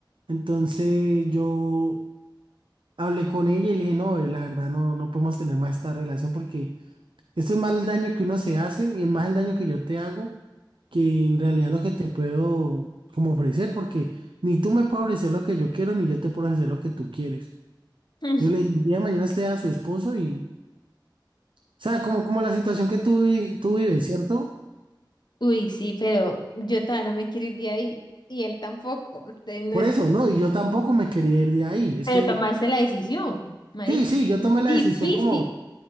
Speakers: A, on the right; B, on the left.
A: Entonces yo hablé con ella y le dije, no, eh, la verdad no, no podemos tener más esta relación porque esto es más el daño que uno se hace y es más el daño que yo te hago que en realidad lo que te puedo como ofrecer, porque ni tú me puedes ofrecer lo que yo quiero, ni yo te puedo ofrecer lo que tú quieres.
B: Mm.
A: Yo le dije, el día de mañana esté a su esposo y, o sea, como, como la situación que tú, vi- tú vives, ¿cierto?
B: Uy, sí, pero yo todavía no me quiero ir de ahí. Y él tampoco. Entonces,
A: Por eso,
B: no
A: no, y yo tampoco me quería ir de ahí. Es
B: Pero
A: que,
B: tomaste la decisión, marica.
A: sí, sí, yo tomé la
B: Difícil.
A: decisión como,